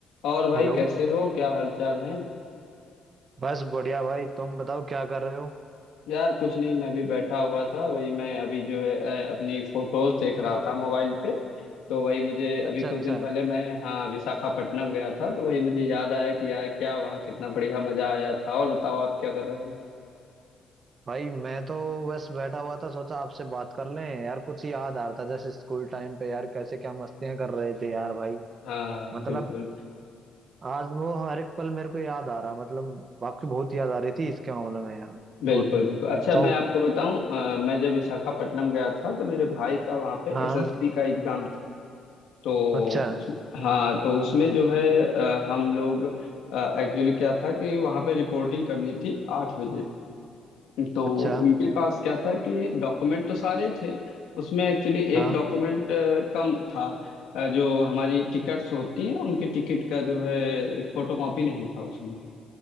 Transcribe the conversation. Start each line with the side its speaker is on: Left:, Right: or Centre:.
Left: और भाई
Right: Hello
Left: कैसे हो क्या हालचाल है
Right: बस बढ़िया भाई तुम बताओ क्या कर रहे हो
Left: यार कुछ नहीं मैं भी बैठा हुआ था वही मैं अभी जो है अ, अपनी फोटोज देख रहा था मोबाइल पे तो वही मुझे
Right: अच्छा
Left: अभी कुछ
Right: अच्छा
Left: दिन पहले मैं हाँ विशाखापट्टनम गया था तो वही मुझे याद आया कि यार क्या वहाँ कितना बढ़िया मजा आया था और बताओ आप क्या कर रहे हो
Right: भाई मैं तो बस बैठा हुआ था सोचा आपसे बात कर लें यार कुछ याद आ रहा था जैसे स्कूल टाइम पे यार कैसे क्या मस्तियां कर रहे थे यार भाई
Left: हाँ
Right: मतलब
Left: बिल्कुल
Right: आज वो हर एक पल मेरे को याद आ रहा मतलब आपकी बहुत याद आ रही थी इसके मामले में यार
Left: बिल्कुल
Right: वो
Left: बिल्कुल अच्छा
Right: सौ
Left: मैं आपको बताऊं अ, मैं जब विशाखापट्टनम गया था तो मेरे भाई का वहाँ पे
Right: हाँ
Left: एसएसबी का एग्जाम था तो
Right: अच्छा
Left: उस, हाँ तो उसमें जो है अ, हम लोग एक्चुअली क्या था कि वहाँ पे रिपोर्टिंग करनी थी आठ बजे तो
Right: अच्छा
Left: उनके पास क्या था कि डॉक्यूमेंट तो सारे थे उसमें एक्चुअली
Right: हाँ
Left: एक डॉक्यूमेंट कम था अ, जो हमारी टिकट्स होती हैं उनकी टिकट का जो है फोटो कॉपी नहीं था उसमें